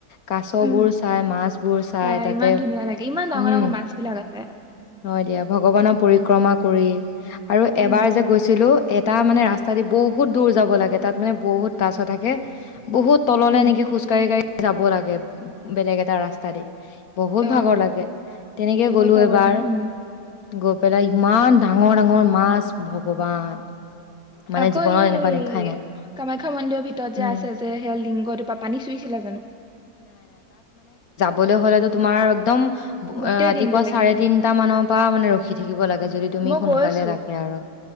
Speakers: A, on the left; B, in the centre.
A: কাছবোৰ
B: উম
A: চাই মাছবোৰ চাই
B: তাই
A: তাতে
B: ইমান ধুনীয়া লাগে ইমান ডাঙৰ
A: উম
B: ডাঙৰ মাছ বিলাক আছে
A: হয় দিয়া ভগৱানৰ পৰিক্ৰমা কৰি আৰু
B: উম,
A: এবাৰ যে গৈছিলো এটা মানে ৰাস্তা দি বহুত দূৰ যাব লাগে তাত মানে বহুত কাছ থাকে, বহুত তললে
B: উম,
A: এনেকে খোজকাৰি কাৰি যাব লাগে বেলেগ এটা ৰাস্তা দি বহুত
B: অ,
A: ভাগৰ লাগে তেনেকে
B: বহুত
A: গ'লো এবাৰ
B: ভাগৰ লাগে, উম,
A: গৈ পেলাই ইমান ডাঙৰ ডাঙৰ মাছ ভগৱান মানে
B: আকৌ
A: জীৱনত
B: এয়া
A: এনেকুৱা
B: হে
A: দেখাই নাই
B: কামাখ্যা মন্দিৰৰ ভিতৰত যে
A: উম,
B: আছে যে সেয়া লিংগটোপ পানী চুইছিলা জানো
A: বলে হ'লেতো তোমাৰ একদম
B: গোটেই
A: ৰাতিপুৱা
B: দিনটো লাগিব,
A: চাৰে তিনটা মানৰ পৰা মানে ৰখি থাকিব লাগে যদি তুমি
B: মই
A: সোনকালে
B: গৈছো
A: লাগে আৰু